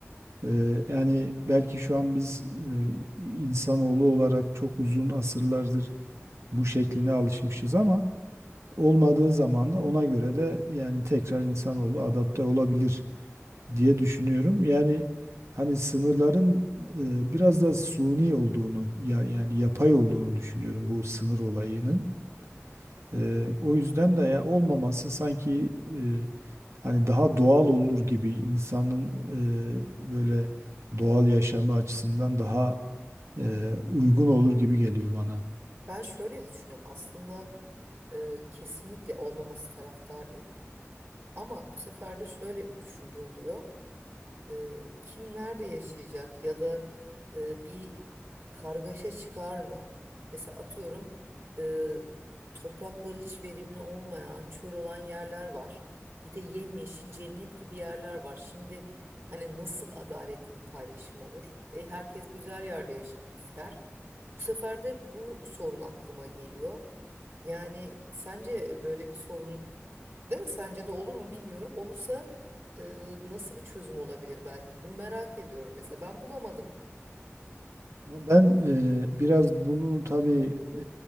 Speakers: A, on the right; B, on the right.
A: E, yani belki şu an biz e, insanoğlu olarak çok uzun asırlardır bu şekline alışmışız ama olmadığı zaman da ona göre de yani tekrar insanoğlu adapte olabilir diye düşünüyorum. Yani hani sınırların e, biraz da suni olduğunu ya yani yapay olduğunu düşünüyorum bu sınır olayının. E, o yüzden de ya olmaması sanki e, hani daha doğal olur gibi insanın e, böyle doğal yaşamı açısından daha e, uygun olur gibi geliyor bana.
B: Ben şöyle de düşünüyorum aslında e, kesinlikle olmaması taraftarıyım. Ama bu sefer de şöyle bir düşünce oluyor. e, kim nerede yaşayacak ya da e, bir kargaşa çıkar mı? Mesela atıyorum e, toprakları hiç verimli olmayan, çöl olan yerler var. Bir de yemyeşil cennet gibi yerler var. Şimdi hani nasıl adaletli bir paylaşım olur? E, herkes güzel yerde yaşamak ister. Bu sefer de bu sorun aklıma geliyor. Yani sence böyle bir sorun Değil mi? Sence de olur mu bilmiyorum. Olursa e, nasıl bir çözüm olabilir belki? Bunu merak ediyorum mesela. Ben bulamadım.
A: Ama ben e, biraz bunu tabii e,